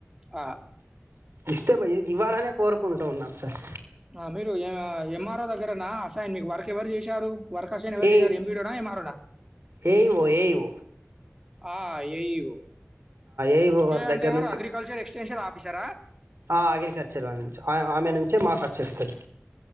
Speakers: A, on the right (about 15°); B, on the right (about 60°).
A: ఆ
B: ఇస్తే ఇవ్వాలనే కోరుకుంటూ ఉన్నాం సార్
A: ఆ మీరు ఎంఆర్ఓ దగ్గరనా అసయన్ మీకు వర్క్ ఎవరు చేశారు వర్క్ ఎవరు అసైన్
B: ఏ
A: చేసారు ఎంపీడనా ఏఎంఆర్ఓ నా
B: ఏఓ ఏఓ
A: ఆ ఏ ఇ ఓ
B: ఏఓ వారి
A: అంటే
B: దగ్గర
A: ఏ ఇ ఓ ఎవరు
B: నుంచి
A: అగ్రికల్చర్ ఎక్స్ట స్పెషల్ ఆఫీసరా
B: ఆ అగ్రికల్చర్ వాళ్ళ నుంచి ఆమె నుంచే మాకు వచ్చేస్తది